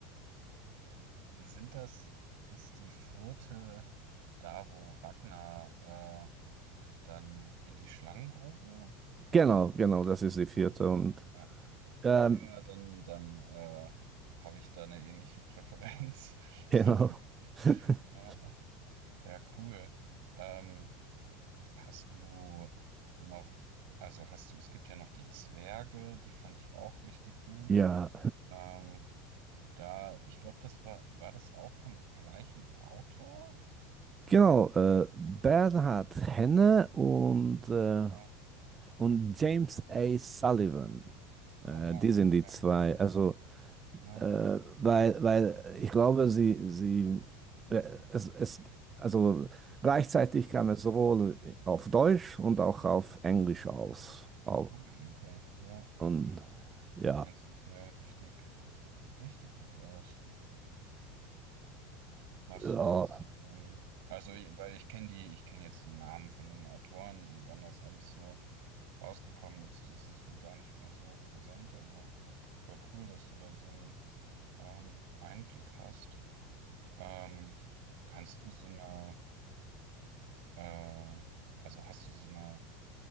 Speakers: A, on the right (about 60°); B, on the right (about 25°).
A: äh, sind das, ist die vierte da, wo Ragnar äh, dann in die Schlangengrube?
B: genau, genau, das ist
A: Ja,
B: die vierte
A: okay.
B: und
A: Ja.
B: ähm,
A: Ja, dann, dann äh, habe ich da eine ähnliche Präferenz.
B: genau.
A: <laughs>
B: <laughs>
A: Ja, ja, cool. Ähm, hast du noch, also hast du, es gibt ja noch die Zwerge, die fand ich auch richtig gut.
B: Ja,
A: Ähm, da, ich glaube, das war, war das auch vom gleichen Autor?
B: genau. Äh, Bernhard Henne und, äh,
A: Ja.
B: und James A. Sullivan. Äh,
A: Oh wow,
B: die sind
A: okay.
B: die zwei. Also
A: Ja.
B: Äh, weil, weil ich glaube, sie, sie, äh, es, es, also gleichzeitig
A: Mhm.
B: kam es sowohl auf Deutsch und auch auf Englisch aus. Au-
A: Hm, Okay, ja.
B: Und ja,
A: Du kennst dich ja richtig, richtig gut aus. Machst
B: ja.
A: du das? Ähm, also, weil ich kenne die, ich kenne jetzt die Namen von den Autoren und wann das alles so rausgekommen ist, das ist mir gar nicht mehr so präsent, aber voll cool, dass du da so einen ähm, Einblick hast. Ähm, kannst du so eine, äh, also hast du so eine,